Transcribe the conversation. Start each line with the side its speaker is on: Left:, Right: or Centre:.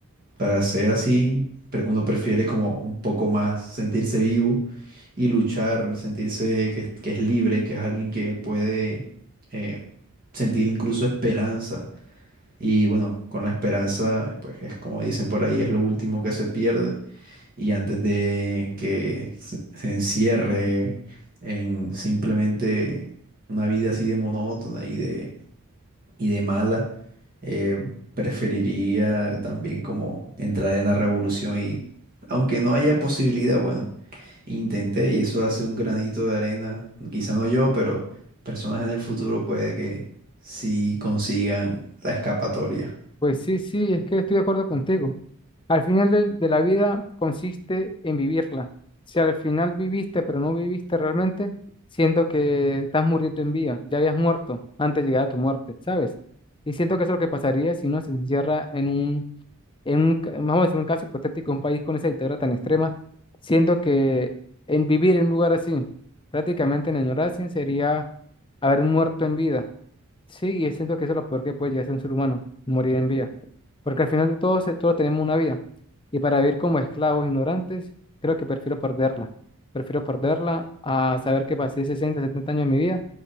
Right: para ser así, pre- uno prefiere como un poco más sentirse vivo y luchar, sentirse que, es- que es libre, que es alguien que puede eh, sentir incluso esperanza. Y bueno, con la esperanza, pues es como dicen por ahí, es lo último que se pierde y antes de que se, se encierre en simplemente una vida así de monótona y de, y de mala, eh, preferiría también como entrar en la revolución y aunque no haya posibilidad, bueno, intenté y eso hace un granito de arena, quizá no yo, pero personas en el futuro puede que sí consigan la escapatoria.
Left: Pues sí, sí, es que estoy de acuerdo contigo. Al final del- de, la vida consiste en vivirla. Si al final viviste, pero no viviste realmente, siento que estás muriendo en vida, ya habías muerto antes de llegar a tu muerte, ¿sabes? Y siento que eso es lo que pasaría si uno se encierra en un en un, ca- vamos a decir un caso hipotético, un país con esa dictadura tan extrema, siento que en vivir en un lugar así, prácticamente en la ignorancia, sería haber muerto en vida. Sí, y siento que eso es lo peor que puede llegar a ser un ser humano, morir en vida. Porque al final de todo, se- todos tenemos una vida. Y para vivir como esclavos ignorantes, creo que prefiero perderla. Prefiero perderla a saber que pasé 60, 70 años de mi vida